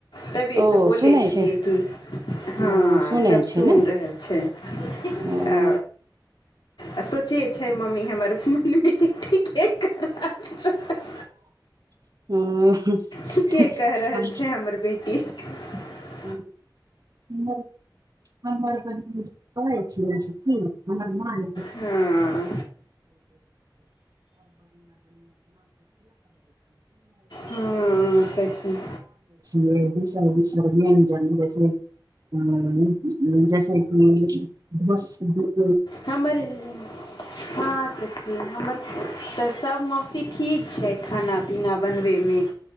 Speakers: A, on the left; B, on the right.
A: तबै
B: ओ
A: तऽ बोले
B: सुनै
A: छियै
B: छै
A: की हँ
B: ओ सुनै
A: सब
B: छै
A: सुनि
B: ने
A: रहल छै <inaudible>
B: ओ
A: आ आ सोचे छै मम्मी हमर <unintelligible> <unintelligible>
B: <unintelligible>
A: ठीके कहि रहल छै हमर बेेटी <unintelligible>
B: <unintelligible> हमर <inaudible> हमर बहिन करै छै न सखी हमर माँ नै
A: हँ हँ सखी
B: <unintelligible> <unintelligible> <unintelligible> <unintelligible> <unintelligible>
A: हमर <unintelligible> हँ सखी हमर तऽ सब मौसी ठीक छै खाना पीना बनबे में